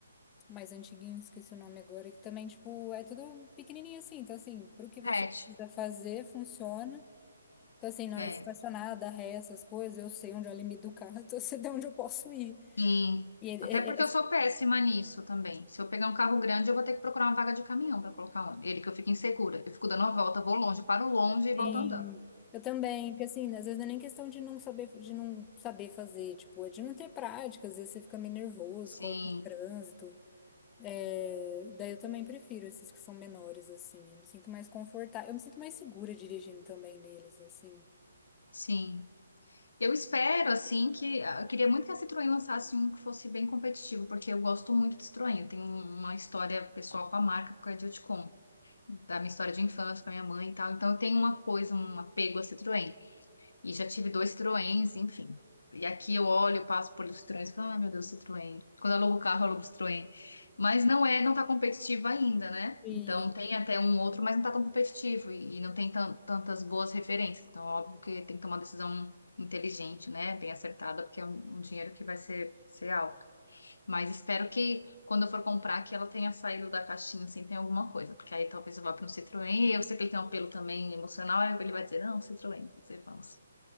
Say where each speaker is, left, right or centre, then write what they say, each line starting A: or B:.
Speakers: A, on the left; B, on the left.
A: mais antiguinho, esqueci o nome agora, que também, tipo, é tudo pequenininho assim. Então, assim, pro que
B: Repete.
A: você precisa fazer, funciona. Então, assim, na
B: É,
A: hora de estacionar, dar ré, essas coisas, eu sei onde é o limite do carro, <laughs> então eu sei de onde eu posso ir.
B: sim.
A: E é,
B: Até porque
A: é, é,
B: eu sou péssima nisso também. Se eu pegar um carro grande, eu vou ter que procurar uma vaga de caminhão para colocar um- ele, que eu fico insegura. Eu fico dando uma volta, vou longe, paro longe e
A: Sim,
B: volto andando.
A: eu também, porque assim, às vezes não é nem questão de não saber, de não saber fazer, tipo, é de não ter prática, às vezes você fica meio nervoso
B: Sim,
A: por causa do trânsito. É, daí eu também prefiro esses que são menores, assim, eu me sinto mais confortável, eu me sinto mais segura dirigindo também neles, assim.
B: sim. Eu espero, assim, que. ah, Eu queria muito que a Citroën lançasse um que fosse bem competitivo, porque eu gosto muito de Citroën. Eu tenho uma história pessoal com a marca, por causa de eu te conto, da minha história de infância, com a minha mãe e tal. Então, eu tenho uma coisa, um apego a Citroën. E já tive dois Citroëns, enfim. E aqui eu olho, passo por Citroëns, falo, ah, meu Deus, Citroën. Quando eu alugo o carro, eu alugo o Citroën. Mas não é, não tá competitivo ainda, né?
A: E
B: Então tem até um outro, mas não tá tão competitivo e, e não tem tan- tantas boas referências. Então, óbvio que tem que tomar uma decisão inteligente, né? Bem acertada, porque é um, um dinheiro que vai ser, ser alto. Mas espero que quando eu for comprar, que ela tenha saído da caixinha, assim, tem alguma coisa. Porque aí talvez eu vá para um Citroën, e eu sei que ele tem um apelo também emocional, aí ele vai dizer, não, Citroën, você vamos.